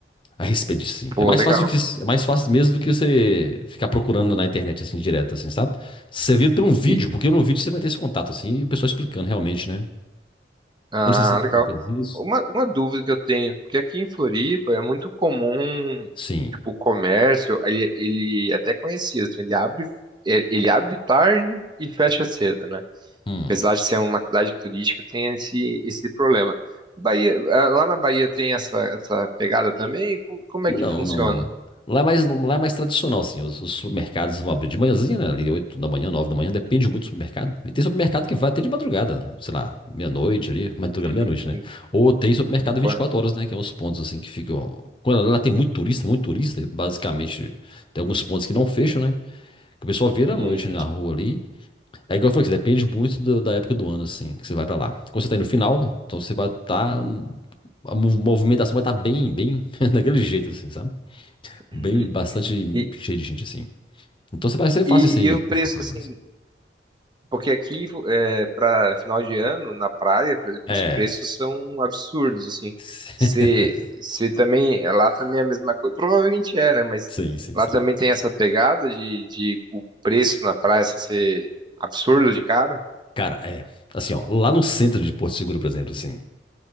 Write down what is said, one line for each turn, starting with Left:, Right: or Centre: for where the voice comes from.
Left: a respeito disso, sim.
Right: Pô,
Left: É mais
Right: legal.
Left: fácil que, é mais fácil mesmo do que você ficar procurando na internet, assim, direto, assim, sabe? Você vira por um vídeo,
Right: E,
Left: porque no vídeo você vai ter esse contato, assim, e o pessoal explicando realmente, né?
Right: Ah,
Left: Eu não sei se você
Right: legal.
Left: já fez isso.
Right: Uma, uma dúvida que eu tenho, porque aqui em Floripa é muito comum,
Left: Sim.
Right: tipo, o comércio, ele, ele é até conhecia, assim, ele abre, é, ele abre tarde e fecha cedo, né?
Left: Hum.
Right: Apesar de ser uma cidade turística, tem esse, esse problema. Bahia, ah, lá na Bahia tem essa, essa pegada também? Como, como
Left: Não,
Right: é que funciona?
Left: não, não. Lá é mais, lá é mais tradicional, assim. Os, os supermercados vão abrir de manhãzinha, né? Ali, 8 da manhã, 9 da manhã, depende muito do supermercado. E tem supermercado que vai até de madrugada, sei lá, meia-noite ali, madrugada,
Right: Hum,
Left: meia-noite, né? Ou tem supermercado
Right: boa.
Left: vinte e quatro horas, né? Que é os pontos, assim, que ficam. Quando lá tem muito turista, muito turista, e basicamente tem alguns pontos que não fecham, né? Que o pessoal vira
Right: Hum.
Left: à noite na rua ali. É igual eu falei, que depende muito do- da época do ano, assim, que você vai pra lá. Quando você tá aí no final, então você vai estar. Tá, a mo- movimentação vai estar bem, bem <laughs> daquele jeito, assim, sabe? bem,
Right: <laughs>
Left: bastante
Right: E,
Left: cheio de gente assim. Então você vai ser fácil
Right: e,
Left: isso aí
Right: e o
Left: para
Right: preço,
Left: localizar.
Right: assim,
Left: assim.
Right: Porque aqui, é, para final de ano, na praia, por exemplo,
Left: É.
Right: os preços são absurdos, assim.
Left: <laughs>
Right: Se, se também, é, lá também é a mesma coisa, provavelmente é, né? Mas
Left: Sim, sim,
Right: lá
Left: sim.
Right: também tem essa pegada de, de o preço na praia, assim, ser absurdo de cara.
Left: Cara, é. Assim, ó, lá no centro de Porto Seguro, por exemplo, assim,